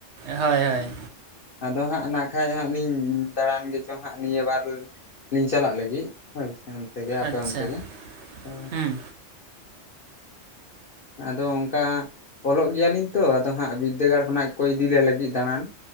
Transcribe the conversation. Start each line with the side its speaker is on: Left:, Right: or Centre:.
Right: ᱦᱳᱭ ᱦᱳᱭ
Left: ᱟᱫᱚ ᱦᱟᱸᱜ ᱱᱟᱹᱠᱷᱟᱡ ᱦᱟᱸᱜ ᱞᱤᱧ ᱫᱟᱬᱟᱱ ᱜᱮᱪᱚ ᱦᱟᱸᱜ ᱱᱤᱭᱟᱹ ᱵᱟᱨ ᱞᱤᱧ ᱪᱟᱞᱟᱜ ᱞᱟᱹᱜᱤᱫ ᱦᱳᱭ ᱥᱮ ᱚᱱᱛᱮ ᱜᱮ ᱟᱯᱮ
Right: ᱟᱪᱪᱷᱟ
Left: ᱚᱱᱛᱮ ᱜᱮ ᱦᱳ
Right: ᱦᱩᱸ
Left: ᱟᱫᱚ ᱚᱱᱠᱟ ᱚᱞᱚᱜ ᱜᱮᱭᱟᱞᱤᱧ ᱛᱚ ᱟᱫᱚ ᱦᱟᱸᱜ ᱵᱤᱫᱽᱫᱟᱹᱜᱟᱲ ᱠᱷᱚᱱᱟᱜ ᱠᱚ ᱤᱫᱤ ᱞᱮ ᱞᱟᱹᱜᱤᱫ ᱠᱚ ᱫᱟᱬᱟᱱ